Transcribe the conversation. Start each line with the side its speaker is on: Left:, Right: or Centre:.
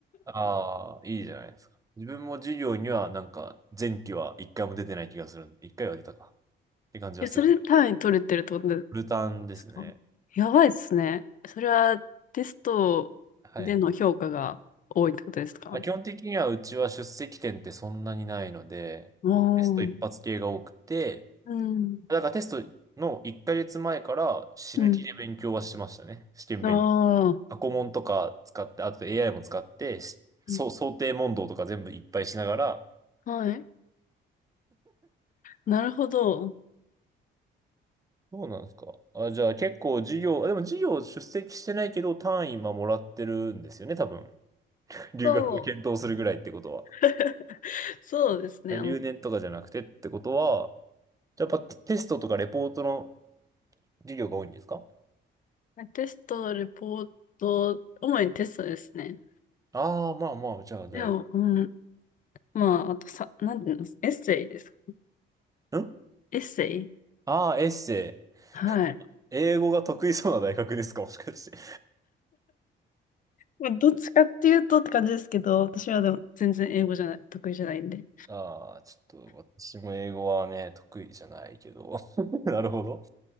Right: ああ、いいじゃないですか。自分も授業にはなんか前期は一回も出てない気がするんで、一回は出たかって感じはする。
Left: いやそれで単位取れてるってことで
Right: フルタンですね。
Left: すかやばいですね。それはテストでの評価が多いってことですか
Right: はいはい。まあ、基本的にはうちは出席点ってそんなにないので、
Left: お
Right: テスト一発系が多くて、
Left: ー。うん。
Right: だからテストの1ヶ月前から死ぬ気で勉強はしてましたね。
Left: うん。
Right: 試験勉強。
Left: ああ。
Right: 過去問とか使って、あと AI も使って、しそう想定問答とか全部いっぱいしながら、
Left: うんはい。なるほど。
Right: そうなんですか。あ、じゃあ結構授業、あでも授業出席してないけど単位今もらってるんですよね、多分。<laughs> 留学を検討するぐらいってことは。
Left: そう。<laughs> そうですね。
Right: 留年とかじゃなくてってことは、
Left: あの、
Right: やっぱテストとかレポートの授業が多いんですか
Left: テスト、レポート、主にテストですね。
Right: ああー、まあまあ、じゃあ、じゃあ、
Left: でも、うん。まあ、あとさ、なんていうの、エッセイですか。
Right: ん
Left: エッセイ
Right: ああー、エッセイ。
Left: はい。
Right: 英語が得意そうな大学ですかもしかして。
Left: まあどっちかっていうとって感じですけど、私はでも全然英語じゃない、得意じゃないんで。
Right: <laughs> ああ、ちょっと、私も英語はね、得意じゃないけど。<laughs> なるほど。